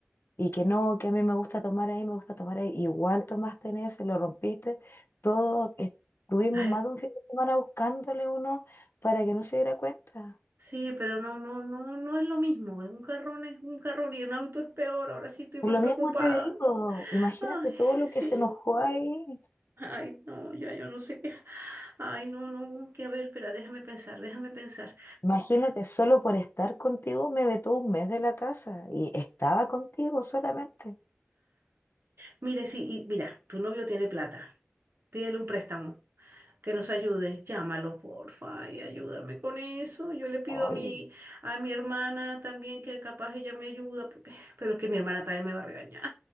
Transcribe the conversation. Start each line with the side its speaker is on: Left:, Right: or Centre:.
Left: y que no, que a mí me gusta tomar ahí, me gusta tomar ahí. Igual tomaste en ese, lo rompiste. todo estuvimos
Right: Ay,
Left: más de un fin de semana buscándole uno para que no se diera cuenta.
Right: sí, pero no, no, no, no es lo mismo. Es un carrón, es un carrón y un auto es peor. Ahora sí estoy
Left: Por
Right: más
Left: lo
Right: preocupada.
Left: mismo te digo, imagínate
Right: Ay,
Left: todo lo
Right: sí.
Left: que se enojó ahí.
Right: Ay, no, ya yo no sé qué. Ay, no, no, que a ver, espera, déjame pensar, déjame pensar.
Left: Imagínate, solo por estar contigo me vetó un mes de la casa y estaba contigo solamente.
Right: Mire, sí, y mira, tu novio tiene plata. Pídele un préstamo. que nos ayudes, llámalo, porfa, y ayúdame con eso. Yo le pido
Left: Oye,
Right: a mi, a mi hermana también que capaz ella me ayuda, porque, pero es que mi hermana también me va a regañar.